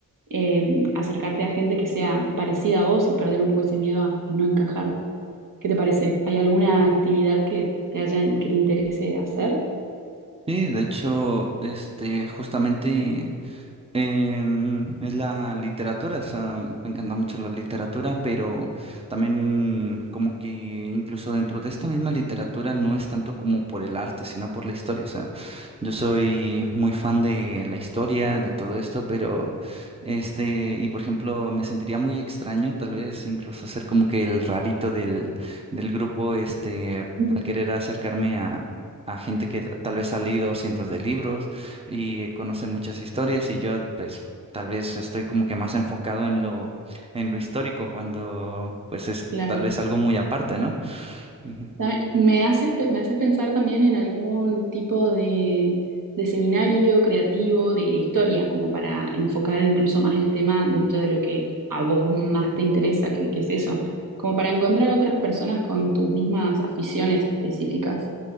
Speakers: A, on the right; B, on the right.
A: eh, acercarte a gente que sea parecida a vos y perder un poco ese miedo a, a no encajar. ¿Qué te parece? ¿Hay alguna actividad que te haya, que te interese hacer?
B: Sí, de hecho, este, justamente. Em, es la literatura, o sea, me encanta mucho la literatura, pero también como que incluso dentro de esta misma literatura no es tanto como por el arte, sino por la historia. O sea, yo soy muy fan de la historia, de todo esto, pero este, y por ejemplo, me sentiría muy extraño tal vez incluso ser como que el rarito del, del grupo, este,
A: Mm.
B: al querer acercarme a... a gente que tal vez ha leído cientos de libros y eh, conoce muchas historias y yo pues tal vez estoy como que más enfocado en lo en lo histórico cuando pues es
A: Claro.
B: tal vez algo muy aparte, ¿no? Ujú.
A: Dame- Me haces, pe- me haces pensar también en algún tipo de, de seminario creativo de, de historia, como para enfocar incluso más el tema dentro de lo que a vos más te interesa, que, que es eso, como para encontrar otras personas con tus mismas aficiones específicas